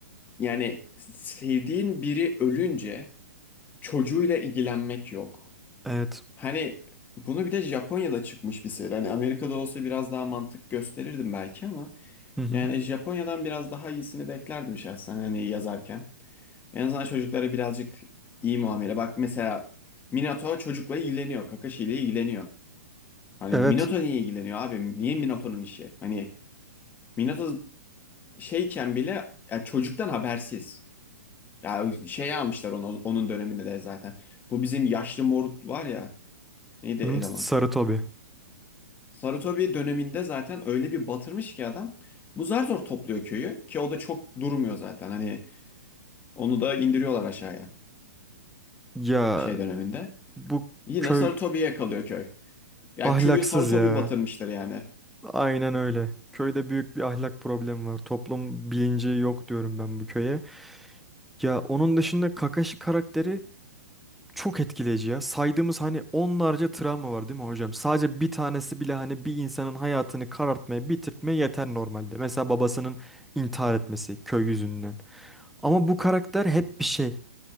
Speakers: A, on the left; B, in the centre.
A: Yani sevdiğin biri ölünce çocuğuyla ilgilenmek yok.
B: Evet.
A: Hani bunu bir de Japonya'da çıkmış bir seri. Hani Amerika'da olsa biraz daha mantık gösterirdim belki ama
B: Hı hı.
A: yani Japonya'dan biraz daha iyisini beklerdim şahsen hani yazarken. En azından çocuklara birazcık iyi muamele. Bak mesela Minato çocukla ilgileniyor. Kakashi ile ilgileniyor. Hani
B: Evet.
A: Minato niye ilgileniyor abi? Niye Minato'nun işi? Hani Minato şeyken bile ya çocuktan habersiz. Ya şey almışlar onu onun döneminde de zaten. Bu bizim yaşlı moruk var ya. Neydi
B: Hı,
A: eleman?
B: sarı Tobi.
A: Sarutobi döneminde zaten öyle bir batırmış ki adam. Bu zar zor topluyor köyü ki o da çok durmuyor zaten. Hani onu da indiriyorlar aşağıya
B: Ya
A: şey döneminde.
B: bu
A: Yine
B: köy
A: Sarutobi'ye kalıyor köy. Ya
B: ahlaksız
A: köyü Sarutobi
B: ya.
A: batırmıştır yani.
B: Aynen öyle. Köyde büyük bir ahlak problemi var. Toplum bilinci yok diyorum ben bu köye. Ya onun dışında Kakashi karakteri çok etkileyici ya. Saydığımız hani onlarca travma var değil mi hocam? Sadece bir tanesi bile hani bir insanın hayatını karartmaya, bitirtmeye yeter normalde. Mesela babasının intihar etmesi köy yüzünden. Ama bu karakter hep bir şey.